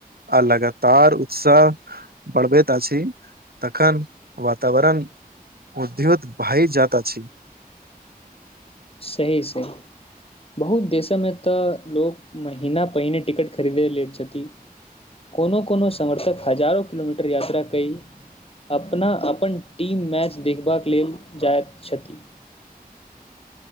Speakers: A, on the right; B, on the left.
A: आ लगातार उत्साह बढ़बैत आ छी तखन वातावरण उद्धहुत भाई जाता छी
B: सही सही बहुत देशमे तऽ लोक महिना पहिने टिकट खरीदै लेत छथिन कोनो कोनो समर्थक हजारो किलोमीटर यात्रा क अपना अपन टीम मैच देखबाक लेल जाइत छथि